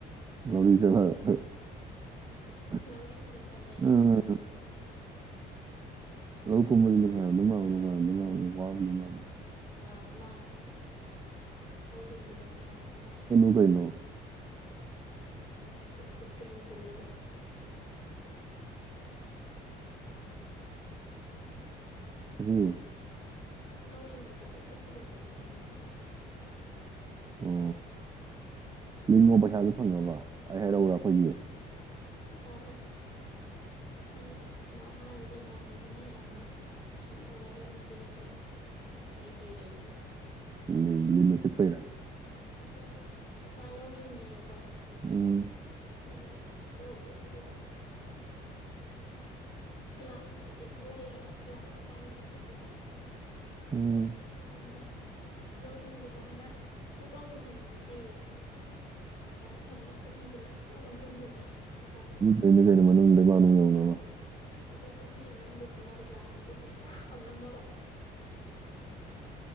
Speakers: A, on the right (about 20°); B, on the left (about 30°).
A: ꯂꯧꯔꯤ ꯆꯠꯂꯒ <unintelligible>
B: ꯂꯧꯔꯤꯕꯨꯗꯤ ꯆꯠꯂꯦ ꯂꯕꯨꯛꯇꯗꯤ
A: ꯑꯥ
B: ꯀꯨꯝꯗ꯭ꯔꯤ
A: ꯂꯧ ꯀꯨꯝꯕꯖ‌ꯦ ꯅꯨꯡꯉꯥꯏꯔꯝꯗꯧ ꯃꯥꯟꯕ ꯅꯨꯡꯉꯥꯏꯔꯝꯗꯧ ꯃꯥꯟꯕ ꯋꯥꯔꯝꯗꯧ ꯃꯥꯟꯕ
B: ꯅꯨꯡꯉꯥꯏ ꯔꯝꯕ ꯃꯥꯜꯂꯦ ꯂꯧ ꯂꯤꯡꯕꯗꯨꯟ ꯅꯨꯡꯉꯥꯏꯔꯝꯗꯧ ꯃꯥꯜꯂꯦ
A: ꯒꯩꯅꯣ
B: ꯆꯛ ꯆꯛ ꯀ ꯌꯨꯡꯖꯜꯂꯒ
A: <unintelligible>
B: ꯂꯧ ꯂꯤꯡꯕꯗ‌ꯣ ꯆꯛ ꯆꯛꯀ ꯂꯤꯡꯖꯜꯂ ꯅꯨꯡꯉꯥꯏ ꯔꯝꯗꯧ ꯃꯥꯜꯂꯦ
A: ꯑꯣ ꯂꯤꯡꯉꯣ ꯄꯩꯁꯥꯖꯨ ꯐꯪꯅꯕ ꯑꯩ ꯍꯥꯏꯔꯎꯔꯥ ꯑꯈꯣꯏꯒꯤ
B: ꯎꯝ ꯇꯜꯂꯦ ꯑꯩꯅ ꯑꯗꯨꯃꯥꯏ ꯍꯥꯏꯔꯨꯗꯩ ꯏꯃꯥꯟꯅꯕꯤꯅ ꯌꯥꯝꯅ ꯀꯤꯕ ꯋꯥꯔꯤ ꯑꯃꯥ ꯂꯤꯔꯛꯈ꯭ꯔꯦ ꯑꯩ ꯀꯤꯔꯦ ꯑꯗꯨꯅ
A: ꯂꯤꯟꯅ ꯂꯤꯟꯅ ꯆꯤꯛꯄꯩꯔꯥ
B: ꯅꯠꯇ‌ꯦ ꯃꯥ ꯂꯧ ꯂꯤꯡꯉꯦꯌ‌ꯦꯀꯣ
A: ꯎꯝ
B: ꯃꯣꯏꯒꯤ ꯂꯧꯗꯣ ꯗꯨꯒ ꯒ꯭ꯂꯥꯁ ꯃꯆꯦꯠꯁꯦ ꯂꯩꯔꯕ ꯒ꯭ꯂꯥꯁ ꯑꯀꯥꯏꯕ ꯃꯆꯦꯠꯁꯦ ꯀꯣ
A: ꯎꯝ
B: ꯃꯥꯖꯨꯅ ꯂꯧ ꯂꯤꯡꯕꯖꯨ ꯍꯥꯏꯅ ꯆ‌ꯣꯛ ꯂꯥꯎ ꯌꯨꯡꯁꯟꯕ ꯅꯠꯇꯦꯌ‌ꯦ ꯁꯨꯃꯥꯏꯟ ꯊꯝꯃ ꯈꯨꯕꯤꯖꯤꯅ ꯇꯛꯂ ꯅꯝꯖꯟ ꯗꯣꯏ ꯅꯦꯌꯦ ꯃꯈ‌ꯣꯡꯗꯣ
A: ꯗ‌ꯣꯏꯅꯤ ꯀꯩꯅꯣ ꯃꯅꯨꯡ ꯂꯩꯕꯥꯛ ꯅꯨꯡ ꯌꯧꯅꯕ
B: ꯑꯗꯨ ꯈꯨꯕꯤꯅ ꯅꯝꯕꯖꯤꯗ ꯃꯥꯗꯤ ꯒ꯭ꯂꯥꯁ ꯃꯆꯦꯛꯇꯨꯗ ꯆꯥꯛ ꯂꯥꯎ ꯅꯝꯃꯕ